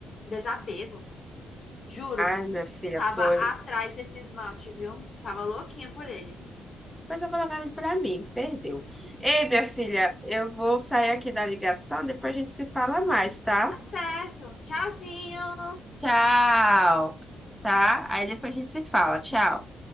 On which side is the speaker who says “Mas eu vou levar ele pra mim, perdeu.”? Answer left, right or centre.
Centre